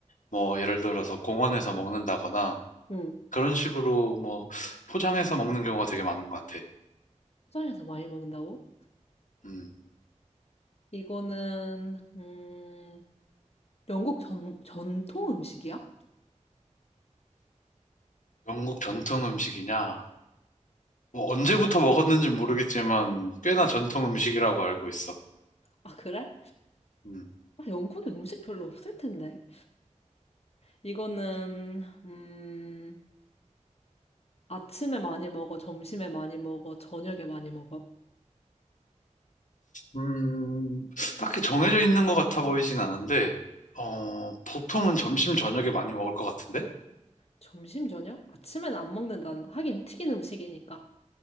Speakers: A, on the left (about 80°); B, on the left (about 55°).
A: 뭐, 예를 들어서 공원에서 먹는다거나,
B: 응,
A: 그런 식으로 뭐, 포장해서 먹는 경우가 되게 많은 것 같아.
B: 포장해서 많이 먹는다고?
A: 음,
B: 이거는, 음, 영국 전, 전통 음식이야?
A: 영국 전통 음식이냐? 뭐, 언제부터 먹었는지 모르겠지만, 꽤나 전통 음식이라고 알고 있어.
B: 아, 그래?
A: 음.
B: 아, 영국에 음식 별로 없을 텐데. 이거는, 음, 아침에 많이 먹어, 점심에 많이 먹어, 저녁에 많이 먹어.
A: 음, 딱히 정해져 있는 것 같아 보이진 않은데, 어, 보통은 점심, 저녁에 많이 먹을 것 같은데?
B: 점심, 저녁? 아침엔 안 먹는다는 거. 하긴 튀긴 음식이니까.